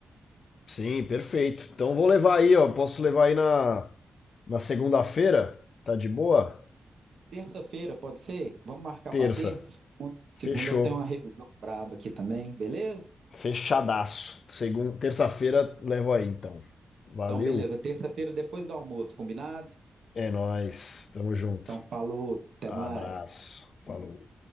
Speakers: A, on the left; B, on the right.
A: Sim, perfeito. Então vou levar aí, ó. Posso levar aí na, na segunda-feira? Tá de boa?
B: Terça-feira, pode ser? Vamos marcar
A: Terça.
B: para terça? Segunda
A: Fechou.
B: eu tenho uma revisão braba aqui também, beleza?
A: Fechadaço. Segunda, terça-feira levo aí, então. Valeu.
B: Então, beleza. Terça-feira depois do almoço, combinado?
A: É nóis, tamo junto.
B: Então, falou, até
A: Abraço,
B: mais.
A: falou.